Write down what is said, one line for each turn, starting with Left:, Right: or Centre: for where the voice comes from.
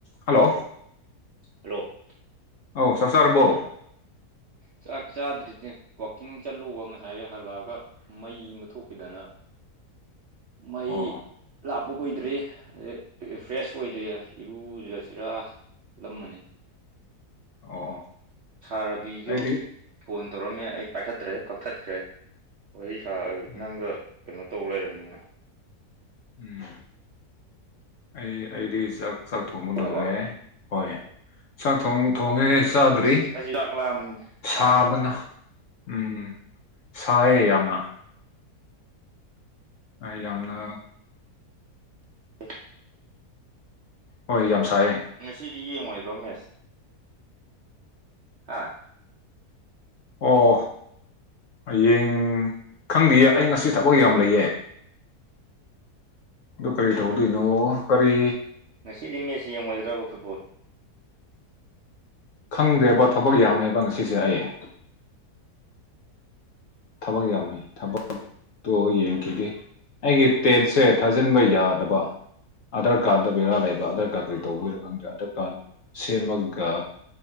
Left: hello
Right: hello
Left: ꯑꯧ ꯁꯁꯔꯔꯕꯣ
Right: ꯆꯥꯛ ꯆꯥꯗ꯭ꯔꯤ ꯋꯥꯛꯀꯤꯡ ꯆꯠꯂꯨꯕ ꯉꯁꯥꯏ ꯍꯜꯂꯛꯑꯒ ꯃꯩ ꯑꯃ ꯊꯣꯛꯈꯤꯗꯅ ꯃꯩ
Left: ꯑꯣ
Right: ꯂꯥꯞꯄ ꯀꯨꯏꯗ꯭ꯔꯤꯔꯤ ꯐ꯭ꯔꯦꯁ ꯑꯣꯏꯗ꯭ꯔꯦ ꯏꯔꯨꯖꯁꯤꯔꯥ ꯀꯂꯝ ꯑꯃꯅꯤꯅꯤ
Left: ꯑꯣ
Right: ꯁꯥꯔꯕꯤꯁꯨ
Left: ꯑꯩꯗꯤ
Right: ꯐꯣꯟ ꯇꯧꯔꯝꯃꯦ ꯑꯩ ꯄꯥꯏꯈꯠꯇ꯭ꯔꯦ ꯀꯛꯊꯠꯈ꯭ꯔꯦ ꯍꯣꯏ ꯁꯥ
Left: ꯎꯝ
Right: ꯅꯪꯒ ꯀꯩꯅꯣ ꯇꯧ ꯂꯩꯔꯕꯅꯤꯅ
Left: ꯎꯝ ꯑꯩ ꯑꯩꯗꯤ ꯆꯥꯛ ꯆꯥꯛ ꯊꯣꯡꯕ
Right: ꯊꯣꯡꯉꯕ
Left: ꯂꯣꯏꯔꯦ ꯍꯣꯏ ꯆꯥꯛ ꯊ ꯊꯣꯡꯉꯦ ꯆꯥꯗ꯭ꯔꯤ
Right: ꯑꯁ ꯑꯩꯁꯨ ꯆꯥꯛ ꯂꯥꯝꯕꯅꯤꯅꯦ
Left: ꯁꯥꯕꯅ
Right: ꯍꯥ
Left: ꯎꯝ ꯁꯥꯏꯌꯦ ꯌꯥꯝꯅ ꯌꯥꯝꯅ
Right: ꯍ
Left: ꯍ ꯌꯥꯝꯝꯁꯥꯏ
Right: ꯉꯁꯤꯗꯤ ꯌꯦꯡꯉꯣꯏ ꯔꯣꯃꯦꯁ ꯍꯥ
Left: ꯑꯣ ꯍꯌꯦꯡ ꯈꯪꯗꯦꯌꯦ ꯑꯩ ꯉꯁꯤ ꯊꯕꯛ ꯌꯥꯝ ꯂꯩꯌꯦ ꯑꯗꯨ ꯀꯔꯤ ꯇꯧꯗꯣꯏꯅꯣ ꯀꯔꯤ
Right: ꯉꯁꯤꯗꯤ ꯃꯦꯠꯁ ꯌꯦꯡꯂꯡꯉꯣꯏꯗ꯭ꯔꯕ ꯐꯨꯠꯕꯣꯜ
Left: ꯈꯪꯗ꯭ꯔꯦꯕꯣ ꯊꯕꯛ ꯌꯥꯝꯃꯦꯕ ꯉꯁꯤꯁꯦ ꯑꯩ ꯊꯕꯛ ꯌꯥꯝꯃꯦ ꯊꯕꯛ ꯇꯣ ꯌꯦꯡꯈꯤꯒꯦ ꯑꯩꯒꯤ ꯇꯦꯠꯁꯦ ꯊꯥꯖꯤꯟꯕ ꯌꯥꯗꯕ ꯑꯙꯥꯔ ꯀꯥꯔꯗ ꯕꯦꯔꯥ ꯂꯩꯕ ꯑꯙꯥꯔ ꯀꯥꯔꯗ ꯀꯔꯤ ꯇꯧꯕꯒꯤꯔꯥ ꯈꯪꯗꯦ ꯑꯙꯥꯔ ꯀꯥꯔꯗ ꯁꯦꯝꯃꯒ